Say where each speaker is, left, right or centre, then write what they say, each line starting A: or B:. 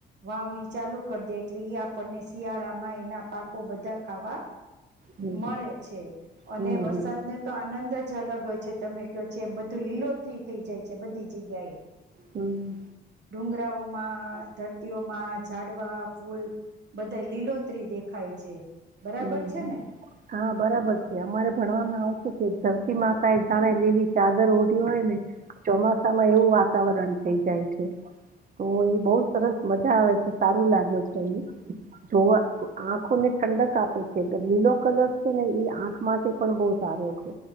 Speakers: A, on the right; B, on the right.
A: વાવણી ચાલુ કરી દે એટલે આપણને શિયાળામાં એના પાકો બધા ખાવા
B: હમ
A: મળે છે અને
B: હમ
A: વરસાદ ને તો આનંદ જ અલગ હોય છે તમે ક જેમ બધું લીલોતરી થઈ જાય છે બધી જગ્યા એ.
B: હમ્મ.
A: ડુંગરાઓમાં, ધરતીઓમાં, જાડવા ફૂલ બધા લીલોત્રી દેખાય છે. બરાબર
B: હમ્મ,
A: છે ને
B: હા બરાબર છે અમારે ભણવામાં આવ કે ધરતી માતા એ જાણે લેવી ચાદર ઓઢી હોય ને ચોમાસામાં એવું વાતાવરણ થઇ જાય છે. તો એ બવ સરસ મજા આવે છે, સારું લાગે છે એ. જોવા, આંખો ને ઠંડક આપે છે, લીલો કલર છે ને એ આંખ માટે પણ બહૂ સારો છે.